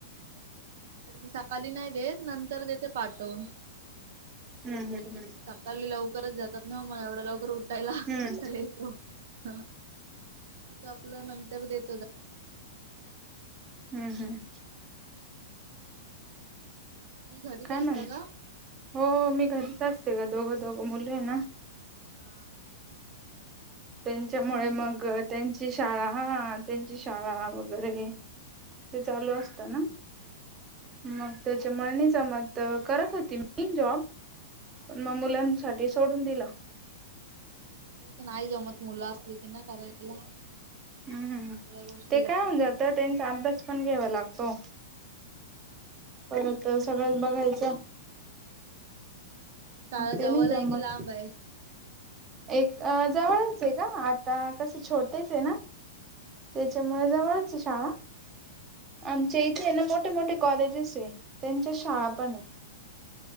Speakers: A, on the right; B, on the right.
A: तर मी सकाळी नाही देत. नंतर तेथे पाठवून.
B: हम्म हम्म हम्म
A: सकाळली लवकरच जातात ना मग एवढा लवकर उठायला
B: हम्म
A: कंटाला येतो. ह मग आपल्या नंतर देत
B: हम्म हम्म
A: मग तुम्ही घरीच
B: काय
A: असता
B: नाही
A: का?
B: हो मी घरीच असते ग दोघं दोघ मुले आहे ना
A: हा
B: त्यांच्यामुळे मग त्यांची शाळा हा त्यांची शाळा वगैरे ते चालू असत ना
A: तेच
B: मग त्याच्या मळनी जमत करत होती मी जॉब
A: हा
B: पण मग मुलांसाठी सोडून दिला
A: तेच नाही जमत मुलं असली की नाही करायला
B: हम्म हम
A: सगळ्या गोष्टी
B: ते काय
A: येतात.
B: होऊन जात त्यांचा अभ्यास पण घ्यावा लागतो परत सगळंत बघायचं
A: मग शाळा
B: ते
A: जवळला
B: नाही जमत
A: आहे कि लांब आहे
B: एक जवळच आहे का आता कसे छोडतेच आहे ना
A: हा
B: त्याच्यामुळे जवळच शाळा आमच्या इथे ना मोठे मोठे कॉलेजेस आहे त्यांच्या शाळा पण आहे